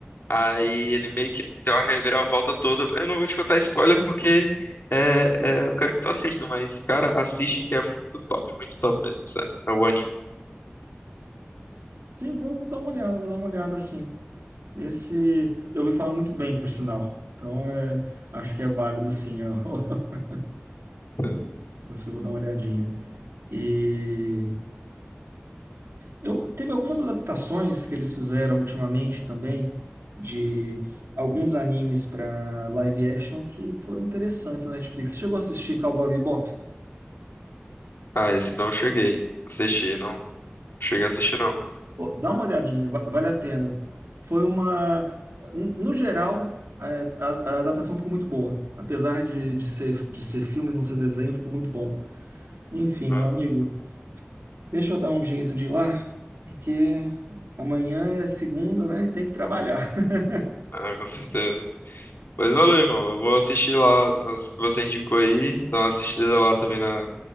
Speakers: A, on the left; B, on the right.
A: Aí ele meio que tem uma reviravolta toda. Eu não vou te contar spoiler porque é, é, eu quero que tu assista, mas, cara, assiste que é muito top, muito top mesmo, sério. É o anime.
B: Sim, vou, vou dar uma olhada, vou dar uma olhada sim. Esse eu ouvi falar muito bem, por sinal. Então é, acho que é válido sim. Eu, <laughs>
A: <laughs>
B: eu vou dar uma olhadinha. E eu teve algumas adaptações que eles fizeram ultimamente também de alguns animes para live action que foram interessantes na Netflix. Você chegou a assistir Cowboy Bebop?
A: Ah, esse não cheguei. Assisti, não cheguei a assistir, não.
B: Pô, dá uma olhadinha, va- vale a pena. Foi uma. n- No geral, é, a, a adaptação ficou muito boa. Apesar de, de ser, de ser filme e não ser desenho, ficou muito bom. Enfim,
A: Ah,
B: meu amigo, deixa eu dar um jeito de ir lá, porque amanhã é segunda, né? E tem que trabalhar. <laughs>
A: ah, com certeza. Pois valeu, irmão. Eu vou assistir lá as que você indicou aí. Dar uma assistida lá também na,